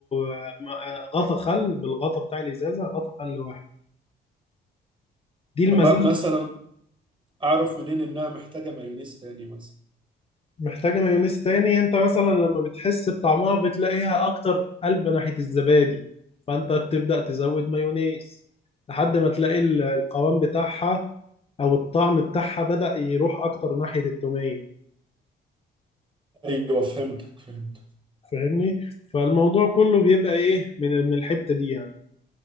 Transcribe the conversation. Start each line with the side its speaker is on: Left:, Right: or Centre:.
Left: آه، م- آه، غطا خل بالغطا بتاع الازازة غطا خل واحد دي المزازة
Right: طب ما- مثلا اعرف منين انها محتاجة مايونيز تاني مثلا
Left: محتاجة مايونيز تاني انت مثلا لما بتحس بطعمها بتلاقيها اكتر قلب ناحية الزبادي فانت بتبدأ تزود مايونيز لحد ما تلاقي ال- القوام بتاعها او الطعم بتاعها بدأ يروح اكتر ناحية التومية
Right: ايوه فهمتك فهمتك
Left: فاهمني فالموضوع كله بيبقى ايه من من الحتة دي يعني